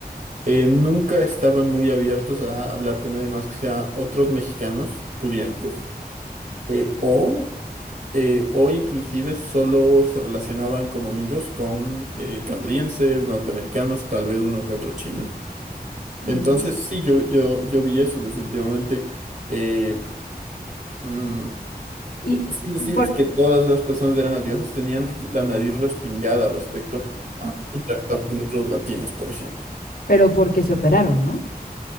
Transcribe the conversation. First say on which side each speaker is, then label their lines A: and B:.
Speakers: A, on the right; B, on the left.
A: eh, nunca estaban muy abiertos a hablar con nadie más que sea otros mexicanos pudientes eh, o, eh, o inclusive solo se relacionaban como amigos con eh, canadienses, norteamericanos, tal vez uno que otro chino.
B: Ujú.
A: Entonces, sí, yo, yo, yo vi eso definitivamente. Eh, mm,
B: Y
A: sin decir
B: por-
A: que todas las personas eran dioses, tenían la nariz respingada respecto a interactuar con otros latinos, por ejemplo.
B: pero porque se operaron, ¿no?